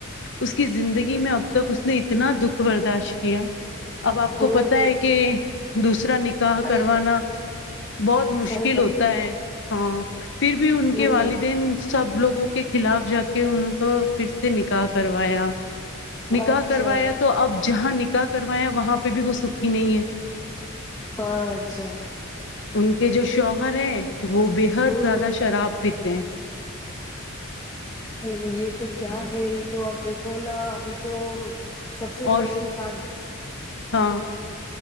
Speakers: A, on the left; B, on the left.
A: اس کی زندگی میں اب تک اس نے اتنا دکھ برداشت کیا اب آپ کو
B: ہوں
A: پتا ہے کہ دوسرا نکاح
B: صحیح
A: کروانا
B: ہے
A: بہت مشکل
B: صحیح فرما
A: ہوتا ہے ہاں پھر بھی ان کے
B: ہوں
A: والدین
B: ہوں
A: سب لوگوں کے خلاف جا کے ان کو پھر سے نکاح کروایا نکاح
B: اچھا
A: کروایا تو اب جہاں نکاح کروایا وہاں پہ بھی وہ سکھی نہیں ہے
B: اچھا
A: ان کے جو شوہر ہے وہ بےحد
B: ہوں
A: زیادہ
B: ہوں
A: شراب پیتے ہیں
B: <inaudible> یہ تو کیا ہے یہ تو اب دیکھو نا ابھی تو سب سے
A: اور
B: مین تھا
A: ہاں